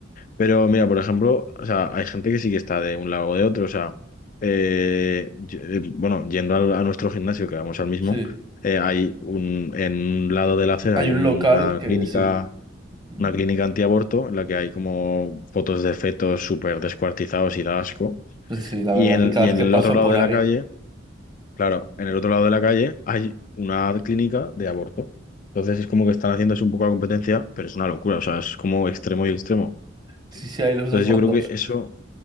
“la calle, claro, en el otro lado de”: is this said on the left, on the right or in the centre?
Left